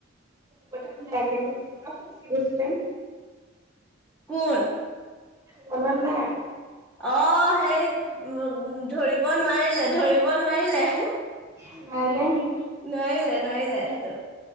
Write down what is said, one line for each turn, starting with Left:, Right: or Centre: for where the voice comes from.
Right: ক'ত থাকা তুমি? ইয়াক দেখোন পুৰা খুচি খুচি লে
Centre: কোন?
Right: মনত নাই
Centre: অহ সেই উম ধৰিব নোৱাৰিলে ধৰিব নোৱাৰিলে আহ
Right: নোৱাৰিলে নি?
Centre: নোৱাৰিলে নোৱাৰিলে সেইটো